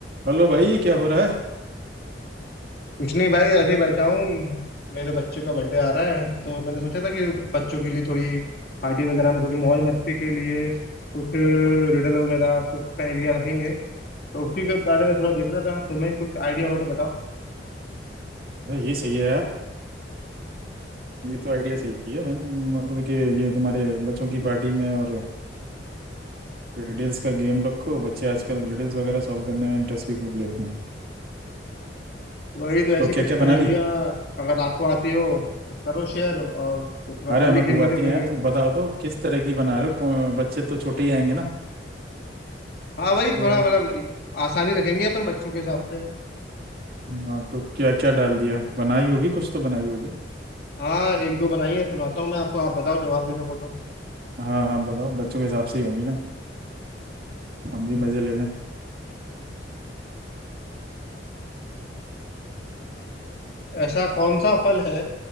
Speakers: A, on the right (about 60°); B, on the left (about 60°).
A: हेलो भाई क्या हो रहा है
B: कुछ नहीं भाई ऐसे ही बैठा हूँ मेरे बच्चे का बर्थडे आ रहा है तो मैंने सोचा था कि बच्चों के लिए थोड़ी पार्टी वगैरह में थोड़ी मौज मस्ती के लिए कुछ रिडल वगैरह कुछ पहेलियाँ रखेंगे तो उसी के बारे में थोड़ा देख रहा था तुम्हें कुछ आइडिया हो तो बताओ
A: अरे ये सही है यार ये तो आइडिया सही है मैंने मतलब कि ये तुम्हारे बच्चों की पार्टी में और रिडल्स का गेम रखो बच्चे आजकल रिडल्स वगैरह सॉल्व करने में इंटरेस्ट भी खूब लेते हैं
B: वही तो ऐसी
A: तो क्या
B: कुछ
A: क्या बना
B: पहेलियाँ
A: ली
B: अगर आपको आती हो तो करो शेयर और कुछ थोड़ा
A: अरे
B: अपन
A: हमें
B: भी खेल
A: खूब
B: लेते
A: आती
B: हैं थोड़ी
A: है यार
B: देर
A: तुम बताओ तो किस तरह की बना रहे हो कौन- बच्चे तो छोटे ही आएंगे ना
B: हाँ वही
A: तो
B: थोड़ा मतलब आसानी रखेंगे अपन बच्चों के हिसाब से
A: हाँ तो क्या क्या डाल दिया बनाई होगी कुछ तो बनाई होगी
B: हाँ एक दो बनाइए सुनाता हूँ मैं आपको आप बताओ जवाब दे सको तो
A: हाँ हाँ बताओ बच्चों के हिसाब से ही होंगी ना हम भी मजे ले लें
B: ऐसा कौन सा फल है